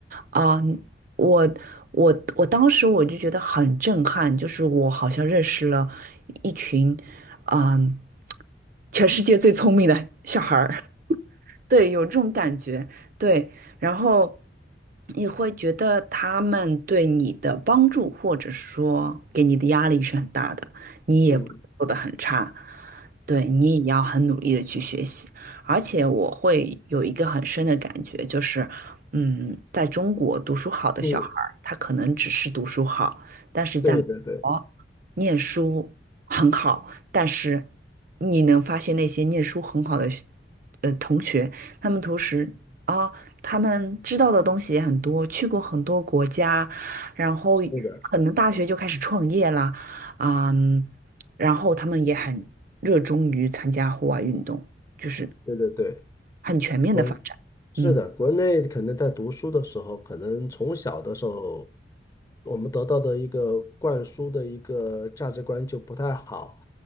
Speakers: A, on the right; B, on the left.
A: 啊，我我我当时我就觉得很震撼，就是我好像认识了一群，嗯，全世界最聪明的小孩儿。对，有这种感觉，对，然后你会觉得他们对你的帮助，或者说给你的压力是很大的，你也不能做得很差，
B: 嗯
A: 对，你也要很努力的去学习。而且我会有一个很深的感觉，就是，嗯，在中国读书好的小孩儿，
B: 嗯，
A: 他可能只是读书好，但是在美国念书很好，
B: 对对对，
A: 但是你能发现那些念书很好的学呃同学。他们同时啊，他们知道的东西也很多，去过很多国家，然后可能大学就开始创业啦，
B: 是的，
A: 嗯，然后他们也很热衷于参加户外运动，就是
B: 对对对，
A: 很全面的发展。
B: 国是的，
A: 嗯，
B: 国内可能在读书的时候，可能从小的时候，我们得到的一个灌输的一个价值观就不太好，